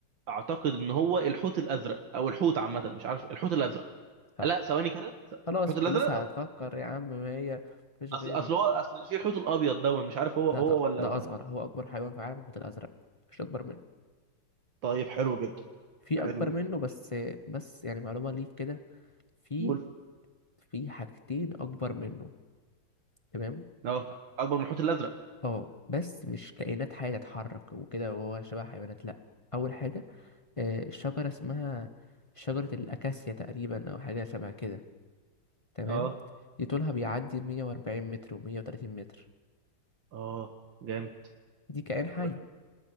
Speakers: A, on the right; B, on the left.
A: اعتقد ان هو الحوت الازرق او الحوت عامه مش عارف الحوت الازرق
B: صح
A: لا ثواني كده الحوت
B: خلاص انت
A: الازرق
B: لسه
A: ده
B: هتفكر يا عم ما هي مفيش
A: اصل
B: غيره
A: اصل هو اصل في الحوت الابيض ده مش عارف هو
B: لا
A: هو
B: ده
A: ولا
B: ده
A: ولا
B: اصغر هو اكبر حيوان في العالم الحوت الازرق مش اكبر منه
A: طيب حلو جدا
B: في
A: حلو
B: اكبر
A: جدا
B: منه بس بس يعني معلومة ليك كده في
A: قول
B: في حاجتين اكبر منه تمام
A: اه اكبر من الحوت الازرق
B: اه بس مش كائنات حية تتحرك وكده وهو شبه حيوانات لا اول حاجة آه، شجرة اسمها شجرة الاكاسيا تقريبا او حاجة شبه كده تمام
A: اه
B: دي طولها بيعدي 140 متر و130 متر
A: اه جامد
B: دي كائن حي
A: ولا-